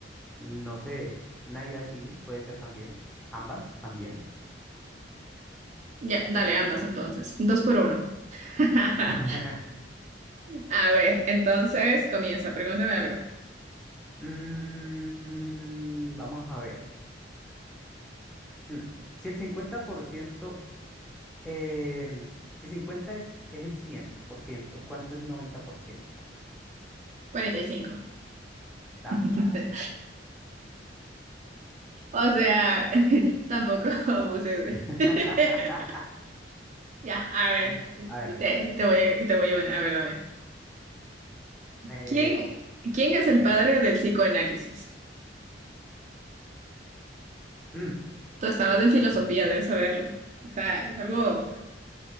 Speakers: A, in the centre; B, on the right (about 40°).
A: no sé, una ida a cine, puede ser también. Ambas también.
B: Ya, dale, ambas entonces. Dos por uno. <laughs>
A: <laughs>
B: A ver, entonces comienza, pregúntame algo.
A: Mm, mm, vamos a ver. Mm, Si el 50% Eh, si 50 es, es el 100%, ¿cuánto es 90%?
B: 45.
A: Ah.
B: <laughs> O sea, <laughs> tampoco abuses.
A: <laughs>
B: de- <laughs> Ya, a ver,
A: Sigues. A ver,
B: te, te voy, te voy una, a ver, dame.
A: eh,
B: ¿Quién, quién es el
A: sí.
B: padre del psicoanálisis?
A: Mm,
B: Tú estabas en filosofía, debes saberlo. O sea, es algo...